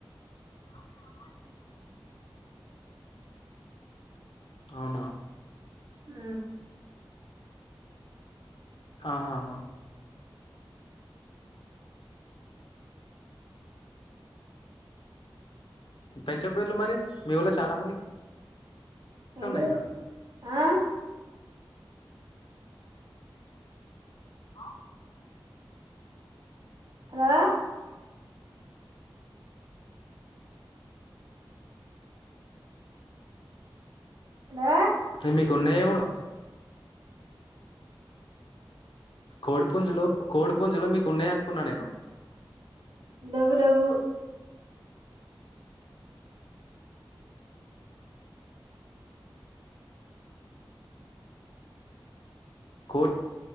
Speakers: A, on the left; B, on the right.
A: <inaudible> అవునా
B: ఊ
A: ఆహా హ పెంచ పేర్లు మరి మీఊర్లో చాలా మంది తున్నాయ్
B: ఏంటిది
A: గా
B: ఆ
A: ఆ
B: అలో హలో
A: టే మీకున్నా ఇవ్వను. కోడి పుంజులు కోడి పుంజులు మీకు ఉన్నాయన్. కున్నా నేను
B: లెవ్వు లెవ్వు
A: కో